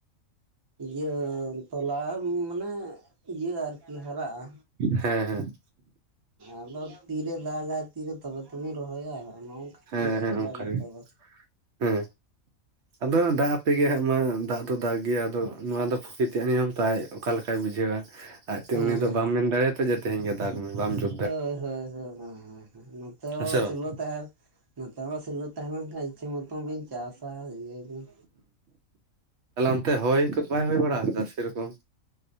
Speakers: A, on the right; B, on the right.
A: ᱤᱭᱟᱹ ᱛᱚᱞᱟ ᱢᱟᱱᱮ ᱤᱭᱟᱹ ᱟᱨᱠᱤ ᱦᱟᱨᱟᱜᱼᱟ᱾
B: ᱦᱮᱸ ᱦᱮᱸ
A: ᱟᱫᱚ ᱛᱤᱨᱮ ᱫᱟᱜ ᱛᱤᱤᱨ ᱛᱚᱵᱮ ᱛᱚᱵᱮᱱ ᱨᱚ ᱦᱳᱭᱟ ᱱᱚᱜᱝᱠ
B: ᱦᱮᱸ ᱦᱮᱸ
A: ᱟᱞᱮ
B: ᱚᱱᱠᱟᱜᱮ
A: ᱱᱤᱛᱚᱜ ᱫᱚ᱾
B: ᱦᱮᱸ ᱟᱫᱚ ᱫᱟᱜ ᱟᱯᱮᱜ ᱜᱮ ᱦᱜ ᱢᱟ ᱫᱟᱜ ᱫᱚ ᱫᱟᱜ ᱜᱮᱭᱟ ᱟᱫᱚ ᱱᱚᱣᱟ ᱫᱚ ᱯᱨᱚᱠᱤᱨ ᱛᱮᱭᱟᱜ ᱱᱤᱭᱚᱢ ᱛᱟᱭ ᱚᱠᱟ ᱞᱮᱠᱟᱭ ᱵᱩᱡᱷᱟᱹᱣᱟ ᱟᱡᱛᱮ
A: ᱦᱮᱸ
B: ᱩᱱᱤ ᱫᱚ
A: ᱦᱮᱸ
B: ᱵᱟᱢ ᱢᱮᱱ ᱫᱟᱲᱮᱭᱟᱛᱚ ᱡᱮ ᱛᱮᱦᱮᱧ ᱜᱟ ᱫᱟᱟᱜ ᱢᱮ ᱵᱟᱢ ᱡᱩ
A: ᱦᱳᱭ ᱦᱳᱭᱳ ᱱᱚᱛᱮ
B: ᱦᱮᱸ ᱥᱮ ᱵᱟᱝ
A: ᱥᱤᱞᱚᱛ ᱛᱟᱦᱮ ᱱᱚᱛᱮᱱᱟᱜ ᱥᱤᱞᱟᱹ ᱛᱟᱦᱮᱸ ᱞᱮᱱ ᱠᱷᱟᱱ ᱤᱪᱷᱟᱹ ᱢᱚᱛᱚ ᱵᱤᱱ ᱪᱟᱥᱟ ᱤᱭᱟᱹᱭᱟᱵᱤᱱ᱾
B: ᱛᱟᱦᱚᱞᱮ ᱚᱱᱛᱮ ᱦᱚᱭ ᱠᱚᱫᱚ ᱵᱟᱭ ᱦᱩᱭᱭ ᱵᱟᱲᱟ ᱠᱟᱫᱟ ᱥᱮᱨᱚᱠᱚᱢ?